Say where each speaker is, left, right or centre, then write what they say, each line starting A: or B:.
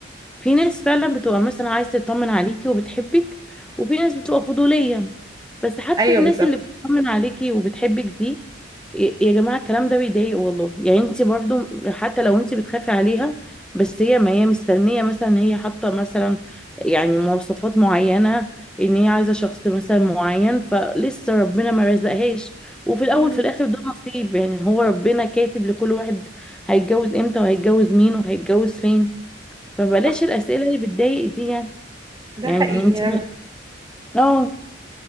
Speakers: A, in the centre; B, on the right.
A: في ناس فعلا بتبقى مثلا عايزة تطمن عليكي وبتحبك وفي ناس بتبقى فضولية بس حتى
B: ايوه
A: الناس
B: بالظبط
A: اللي بتطمن عليكي وبتحبك دي ي- يا جماعة الكلام ده بيضايق والله يعني انت برضو حتى لو انت بتخافي عليها بس هي ما هي مستنية مثلا ان هي حاطة مثلا يعني مواصفات معينة ان هي عايزة شخص مثلا معين فلسه ربنا ما رزقهاش وفي الاول
B: مم،
A: في الاخر ده نصيب يعني هو ربنا كاتب لكل واحد هيتجوز امتى وهيتجوز مين وهيتجوز فين فبلاش
B: صح
A: الأسئلة اللي بتضايق دي يعني
B: ده
A: يعني
B: حقيقي
A: انت
B: انا
A: اه